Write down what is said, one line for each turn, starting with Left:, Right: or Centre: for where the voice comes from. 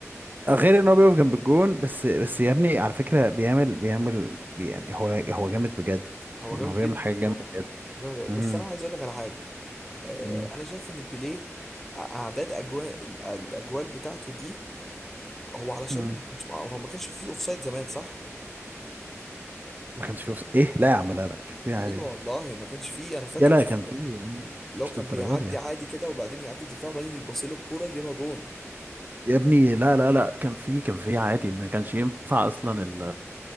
Right: غير ان هو بيقف جنب الجون بس بس يا ابني على فكره بيعمل بيعمل يعني هو هو جامد بجد
Centre: هو
Right: يعني
Centre: جامد
Right: هو بيعمل
Centre: جدا
Right: حاجه جامده بجد
Centre: جامد جدا. بس
Right: امم
Centre: انا عايز اقول لك على حاجه آه،
Right: أمم،
Centre: انا شايف ان بيليه ع- اعداد اجوال الاجوال بتاعته دي هو علشان
Right: أمم.
Centre: ما كانش هو ما كانش فيه اوفسايد زمان صح
Right: ما كانش فيه وص... ايه لا يا عم لا لا كان فيه عادي
Centre: ايوه
Right: يعني
Centre: والله ما كانش فيه انا فاكر
Right: يا لا كان فيه
Centre: لو
Right: مش
Centre: كان
Right: للدرجه
Centre: بيعدي
Right: دي يعني.
Centre: عادي كده وبعدين يعدي الدفاع وبعدين يتبص له الكوره يجيبها جون
Right: يا ابني لا لا لا كان في كان في عادي ما كانش ينفع اصلا ال